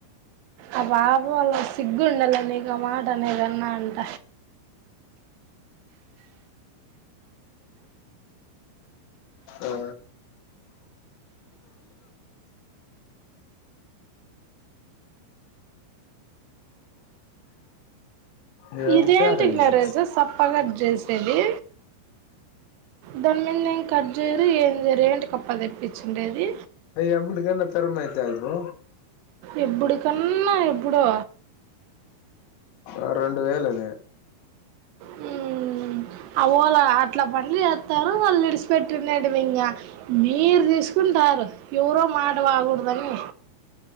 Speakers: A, on the right; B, on the left.
A: ఆ బాబు వాళ్ళ సిగ్గుండాలి నీకు ఆ మాటనేదన్నా అంట
B: ఆ చెప్తారండి
A: ఇదేంటికి నరేసు సప్పగా చేసేది దాని మీద ఏం కట్ చేయరు ఏం చేయరు ఏంటి కప్ప తెప్పిచ్చిండేది
B: అయ్య ఎబ్బటికన్నా తరమైతాయ్ పో
A: ఎబ్బుడికన్నా ఎబ్బుడో
B: ఆ రెండు వేలు అది
A: హ్మ్ అవోలా అట్లా పన్లు చేత్తారు వాళ్ళు నిడిచిపెట్టిండేటివి ఇంకా మీరు తీసుకుంటారు ఎవరో మాట వాకూడదని